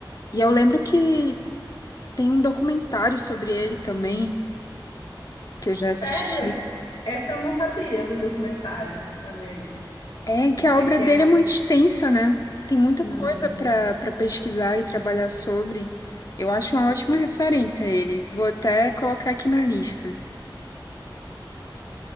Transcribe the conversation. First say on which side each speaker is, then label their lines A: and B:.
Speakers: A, on the left; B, on the left.
A: E eu lembro que tem um documentário sobre ele também, que eu já
B: Sério?
A: assisti.
B: Essa essa eu não sabia do documentário. Olha aí.
A: É que
B: Você
A: a obra
B: que
A: dele
B: é.
A: é muito extensa, né? Tem muita
B: Uhum.
A: coisa para para pesquisar e trabalhar sobre. Eu acho uma ótima referência a ele. Vou até colocar aqui na lista.